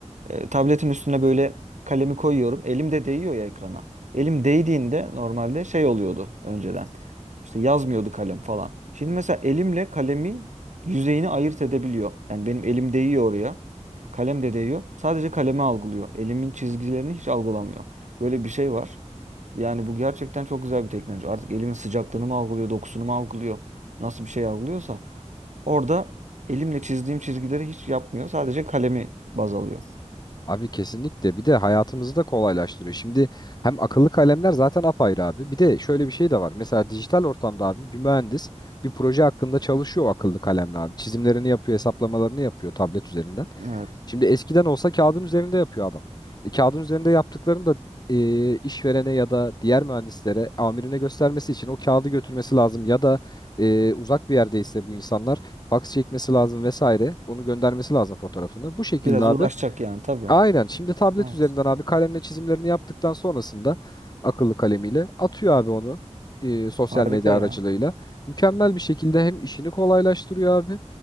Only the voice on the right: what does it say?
e, tabletin üstüne böyle kalemi koyuyorum. Elim de değiyor ya ekrana. Elim değdiğinde normalde şey oluyordu önceden. İşte yazmıyordu kalem falan. Şimdi mesela elimle kalemi yüzeyini ayırt edebiliyor. Yani benim elim değiyor oraya. Kalem de değiyor. Sadece kalemi algılıyor. Elimin çizgilerini hiç algılamıyor. Böyle bir şey var. Yani bu gerçekten çok güzel bir teknoloji. Artık elimin sıcaklığını mı algılıyor, dokusunu mu algılıyor? nasıl bir şey algılıyorsa orada elimle çizdiğim çizgileri hiç yapmıyor. Sadece kalemi baz alıyor.
Evet.
Biraz
uğraşacak yani tabii.
Evet.
Harika
ya.